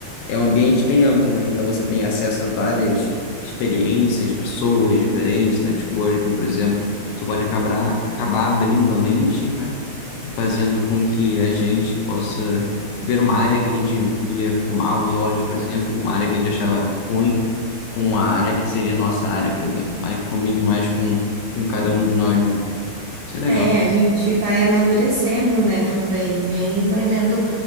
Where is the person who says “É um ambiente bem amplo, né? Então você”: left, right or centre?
Left